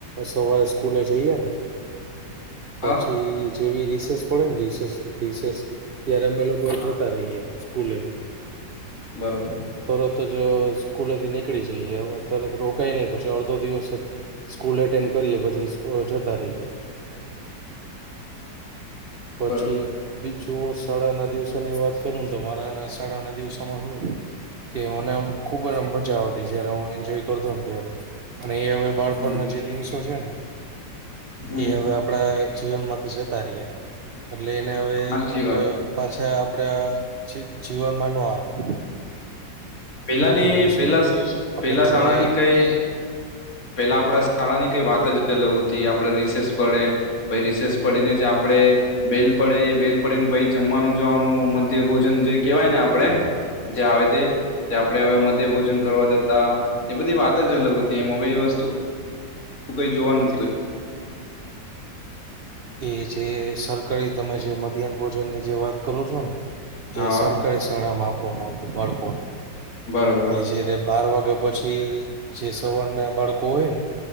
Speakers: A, on the right; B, on the left.
A: સવારે સ્કૂલે જઈએ ને પછી
B: હા
A: જેવી રિસેસ પડે ને રિસેસ રિસેસ ત્યારે અમે લોકો
B: હા
A: તા રહીએ સ્કૂલે.
B: બરોબર.
A: તરત જ સ્કૂલેથી નીકળી જઈએ, તરત રોકાઈ નહી પછી અડધો દિવસ સ્કૂલ એટેન્ડ કરીએ પછી સક જતા રહીએ. પછી
B: બરોબર
A: બીજોશ સાડા ના દિવસો ની વાત કરુંને, તો મારા સાડાના દિવસોમાં રોજ કે મને આમ ખુબ આમ મજા આવતી, જયારે હું એન્જોય કરતો ત્યારે, અને એ હમે બાળપણના
B: હમ
A: જે દિવસ સો છે ને,
B: હમ
A: એ હવે આપણા જીવન માંથી જતા રહ્યા. એટલે એને હવે
B: સાચી
A: આપડ
B: વાત
A: પાછા આપડા ચીડ જીવનમાં ન આવે.
B: પેલાની
A: એ દિવસો
B: પેલા,
A: આપણે
B: પેલા
A: તમે
B: શાળાની કઈ પેલા આપણા શાળા ની કઈ વાત જ અલગ હતી, આપડે રિસેસ પડે. પહિ રિસેસ પડીને જ આપડે બેલ પડે, એ બેલ પડેને પછી જમવાનું જવાનું, મધ્ય ભોજન જે કેવાય ને આપડે જે આવે તે તે આપડણે હવે મધ્ય ભોજન કરવા જતા, એ બધી વાત જ અલગ હતી એમ, હવે એ વસ્તુ તું કઈ જોવા નથી
A: એ જે સરકારી તમે જે મધ્યાહન ભોજનની જે વાત કરો છો ને,
B: હા
A: એ સર કઈ શાળામાં આપવામાં આવતું બાળકોને.
B: બરોબર
A: એ જેરે બાર વાગે પછી જે સવર ના બાળકો હોય ને,